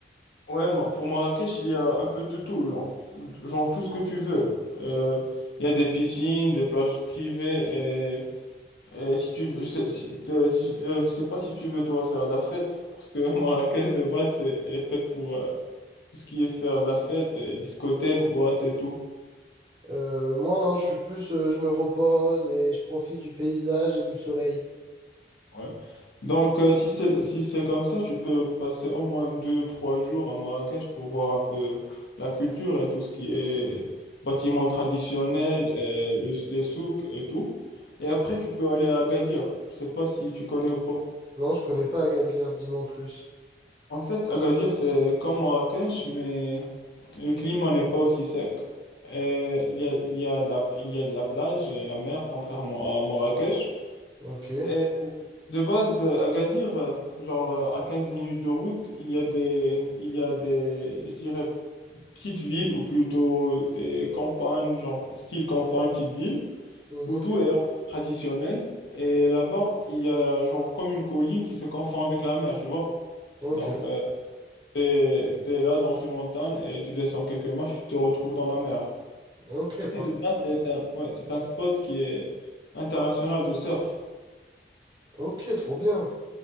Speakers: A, on the left; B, on the right.
A: Ouais, ma- pour Marrakech, il y a un peu de tout, genre, genre tout ce que tu veux. Euh, Il y a des piscines, des plages privées Et si tu veux- je sais, si, t'es- si- euh, je sais pas si tu veux toi faire de la fête, parce que <laughs> Marrakech de base, c'est, elle est faite pour euh, tout ce qui est faire de la fête, euh, discothèque, boîte et tout.
B: Euh, moi non, je suis plus euh, je me repose et je profite du paysage et du soleil.
A: Ouais. Donc euh, si c'est si c'est comme ça, tu peux passer au moins deux, trois jours à Marrakech pour voir un peu la culture et tout ce qui est bâtiments traditionnels, et le- les souks et tout. Et après, tu peux aller à Agadir. Je sais pas si tu connais ou pas.
B: Non, je connais pas Agadir, dis-moi en plus.
A: En fait, Agadir, c'est comme Marrakech, mais Le climat n'est pas aussi sec. Euh, il y a, il y a de la, il y a de la plage et la mer, contrairement à Marrakech.
B: Ok.
A: Et de base, euh, Agadir, euh, genre euh, à 15 minutes de route, il y a des, il y a des, je dirais, petites villes ou plutôt des campagnes, genre style campagne, petite ville,
B: Mhm.
A: où tout est encore traditionnel. Et là-bas, il y a genre comme une colline qui se confond avec la mer, tu vois.
B: Ok.
A: Donc, euh, t'es, t'es là dans une montagne et tu descends quelques marches, tu te retrouves dans la mer.
B: Ok,
A: Et
B: par-
A: de là, c'est un, ouais, c'est un spot qui est international de surf.
B: ok, trop bien.